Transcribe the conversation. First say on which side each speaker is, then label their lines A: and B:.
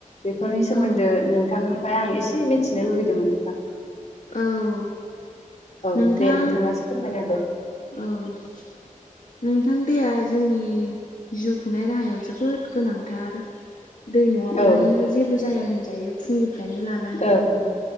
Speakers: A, on the left (about 55°); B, on the left (about 70°).
A: बेफोरनि सोमोन्दो
B: औ
A: नोंथांनिफ्राय आं एसे मिथिनो लुुबैदोंमोन नोंथां।
B: औ
A: औ
B: नोंथां
A: दे नोंथाङा एसे फोरमायना होदो।
B: औ नोंथां दैया जोंनि जिउ खुंनाय राहायाव जोबोद गोनांथार। दै नङाब्लानो
A: औ औ
B: जेबो जाया होनजायो। फुंनिफ्रायनो लानानै
A: ओं